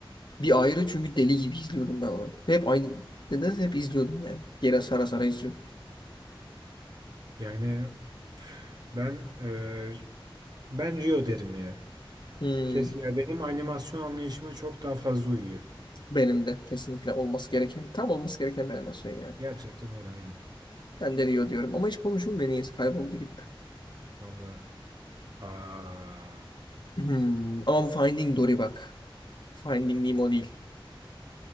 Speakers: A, on the left; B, on the right.
A: Bir ayrı çünkü deli gibi izliyordum ben onu. Ve Hep aynı. Neden hep izliyordum yani. Geri sara sara izliyordum.
B: Yani ben e, ben Rio derim ya.
A: Hmm,
B: Kes ya benim animasyon anlayışıma çok daha fazla uyuyor.
A: benim de kesinlikle olması gereken, tam olması gereken bir animasyon yani.
B: Gerçekten öyle aynen.
A: Ben de Rio diyorum ama hiç konuşulmuyor neyse kayboldu gitti.
B: Vallahi. Aa.
A: Hmm, ama bu Finding Dory bak. Finding Nemo değil.